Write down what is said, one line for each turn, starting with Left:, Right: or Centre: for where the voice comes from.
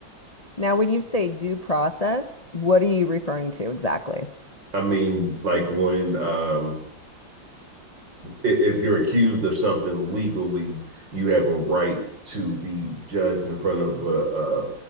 Left: Now, when you say due process, what are you referring to exactly?
Right: I mean, like when um if you're accused of something legally, you have a right to be judged in front of a, a